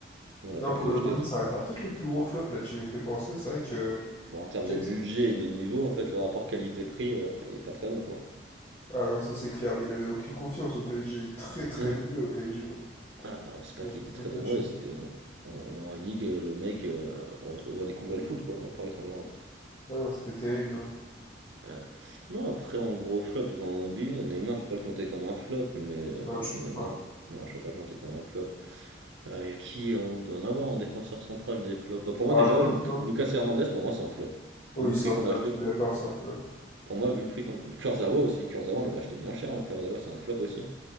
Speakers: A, on the right; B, on the left.
A: Nous, On n'a
B: Non,
A: pas pu
B: Kolo
A: l'acheter.
B: Muani,
A: parce
B: ça
A: que-
B: restera peut-être le plus gros flop, là, tu m'y fais penser, c'est vrai que...
A: Bah, en termes
B: Quatre.
A: de budget et de niveau, en fait, le rapport qualité-prix, euh, il est pas très bon, quoi.
B: Ah non, ça c'est clair, mais il avait aucune confiance au PSG, très très
A: Ouais.
B: mauvais au PSG. hein.
A: Ah, bah, c'est pas
B: On
A: qu'il
B: va pas
A: était
B: se
A: très
B: le cacher.
A: très mauvais, c'était...
B: hein.
A: On, on aurait dit que le mec euh, redécouvrait le foot, quoi, au Paris Saint-Germain.
B: Ah non, c'était terrible. hein.
A: Ouais. Non, après, en gros flop, j'en oublie. Neymar, je peux pas le compter comme un flop, mais, euh,
B: Non, tu peux
A: mais
B: pas.
A: non. Non, je peux pas le compter comme un flop. Il y a qui On doit en avoir en défenseur central des flops. Bah, Pour moi,
B: Vraiment,
A: déjà, Luc-
B: ça.
A: Lucas Hernandez, pour moi, c'est un flop.
B: Oui,
A: Vu le
B: c'est
A: prix
B: un
A: qu'on
B: flop,
A: l'a acheté.
B: je suis d'accord, c'est un flop.
A: Pour moi, vu le prix qu'on. Kurzawa aussi, Kurzawa on l'avait acheté bien cher, hein. Kurzawa c'est un flop aussi. hein.